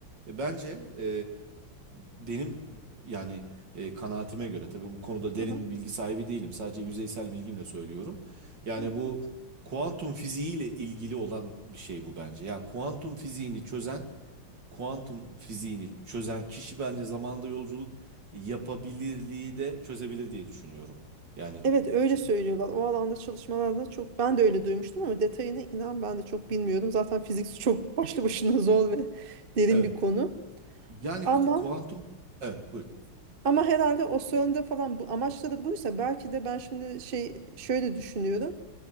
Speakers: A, on the right; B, on the right.
A: e, bence e, benim yani e, kanaatime göre tabii bu konuda derin
B: hı hı.
A: bilgi sahibi değilim. Sadece yüzeysel bilgimle söylüyorum. Yani
B: hı hı.
A: bu kuantum fiziğiyle ilgili olan bir şey bu bence. Yani kuantum fiziğini çözen kuantum fiziğini çözen kişi bence zamanda yolculuk yapabilirliği de çözebilir diye düşünüyorum. Yani
B: Evet öyle
A: çünkü-
B: söylüyorlar. O alanda çalışmalarda çok ben de öyle duymuştum ama detayını inan ben de çok bilmiyorum. Zaten fizik çok başlı başına zor ve derin
A: evet.
B: bir konu.
A: Yani
B: Ama
A: ku- kuantum evet buyur.
B: Ama herhalde o sorunda falan bu amaçları buysa belki de ben şimdi şey şöyle düşünüyorum.